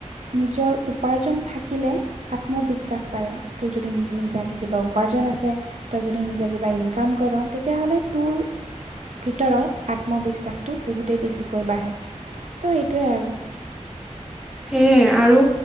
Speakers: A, on the right; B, in the centre.
A: নিজৰ উপাৰ্জন থাকিলে আত্মবিশ্বাস পাৰে তোৰ যদি নিজাকে কিবা উপাৰ্জন আছে তই যদি নিজে কিবা ইনকাম কৰ তেতিয়াহ'লে তোৰ
B: <inaudible>
A: ভিতৰত আত্মবিশ্বাসটো বহুতেই বেছিকৈ বাঢ়ে ত এইটোৱে আৰু
B: সে আৰু